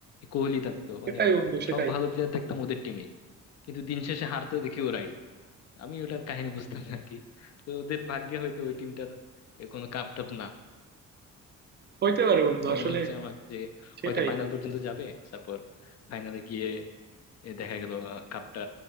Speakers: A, on the left; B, on the right.
A: কোহলি থাকতো
B: সেটাই
A: মানে
B: বন্ধু সেটাই
A: সব ভালো প্লেয়ার দেখতাম ওদের টিমে কিন্তু দিন শেষে হারতো দেখি ওরাই আমি ওটার কাহিনী বুঝতাম না আর কি তো ওদের ভাগ্যে হয়তো ওই টিমটার কোনো কাপ টাপ না
B: হইতে পারে বন্ধু
A: মনে
B: আসলে
A: হচ্ছে আমার যে
B: সেটাই
A: হয়তো ফাইনাল পর্যন্ত যাবে তারপর ফাইনালে গিয়ে এ দেখা গেল কাপটা